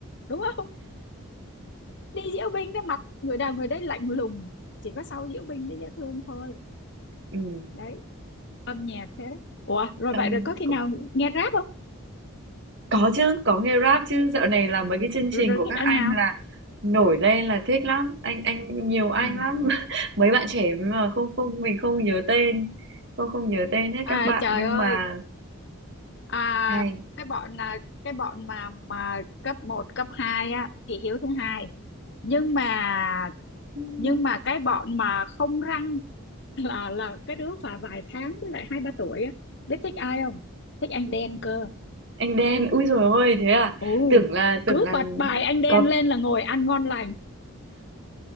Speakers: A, on the left; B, on the right.
A: đúng không đi diễu binh cái mặt người nào người đấy lạnh lùng chỉ có sau diễu binh mới dễ thương thôi
B: ừm,
A: đấy âm nhạc thế đấy ủa rồi
B: âm
A: vậy rồi có khi
B: cũng
A: nào nghe rap không
B: Có chứ, có nghe Rap chứ, dạo này là mấy cái chương trình
A: rồi rồi
B: của các
A: thích ăn
B: anh
A: nào
B: là nổi lên là thích lắm, anh anh nhiều anh
A: ừ
B: lắm. <laughs> Mấy bạn trẻ mà không không mình không nhớ tên, không không nhớ tên hết
A: à
B: các bạn
A: trời
B: nhưng
A: ơi
B: mà
A: À,
B: hay.
A: cái bọn là cái bọn mà mà cấp một cấp 2 á thì Hiếu thứ hai. Nhưng mà
B: Ừm,
A: nhưng mà cái bọn mà không răng <laughs> là là cái đứa và vài tháng với lại hai ba tuổi á, biết thích ai không? Thích anh đen cơ.
B: Anh Đen, ui dồi ôi thế à?
A: Ồ,
B: Tưởng là tưởng
A: cứ
B: là
A: bật bài anh đen
B: có
A: lên là ngồi ăn ngon lành.